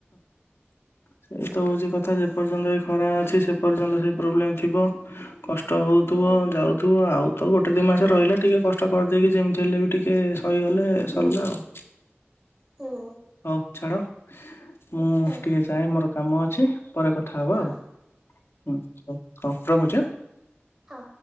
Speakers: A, on the left; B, on the right.
A: ସେଇ ତ ହୋଉଚି କଥା ଯେପର୍ଯ୍ୟନ୍ତ ଏ ଖରା ଅଛି ସେ ପର୍ଯ୍ୟନ୍ତ ସେ ପ୍ରୋବ୍ଲେମ୍ ଥିବ। କଷ୍ଟ ହୋଉଥିବ
B: ହୁଁ
A: ଯାଉଥିବ ଆଉଥିବ ତ ଗୋଟେ ଦି ମାସ
B: ହୁଁ
A: ରହିଲା ଟିକେ କଷ୍ଟ କର କି ଯେମିତି ହେଲେ ବି ଟିକେ ସଇଗଲେ
B: ହୁଁ
A: ସରିଲା ଆଉ।
B: ହୁଁ
A: ହଉ ଛାଡ। <inaudible> ମୁଁ
B: ହଁ
A: ଟିକେ ଯାଏ ମୋର କାମ ଅଛି। ପରେ କଥା ହେବ
B: ହଁ
A: ଆଉ ହଉ। ହଁ ରଖୁଚି ଆ।
B: ହଁ।